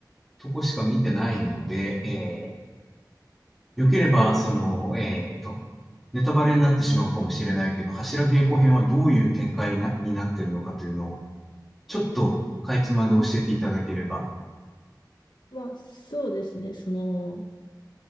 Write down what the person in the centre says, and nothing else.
とこしか見てないので、ええ、よければ、その、ええと、ネタバレになってしまうかもしれないけど、柱稽古編はどういう展開なになってるのかというのを、ちょっとかいつまんで教えていただければ。